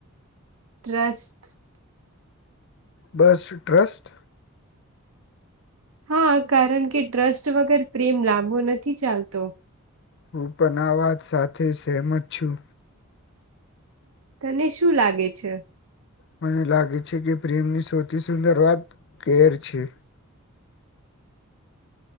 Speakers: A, on the right (about 70°); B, on the left (about 50°).
A: ટ્રસ્ટ.
B: બસ ટ્રસ્ટ?
A: હા કારણ કે ટ્રસ્ટ વગર પ્રેમ લાંબો નથી ચાલતો
B: હું પણ આ વાત સાથે સહેમત છું
A: તને શું લાગે છે
B: મને લાગે છે કે પ્રેમની સૌથી સુંદર વાત કેર છે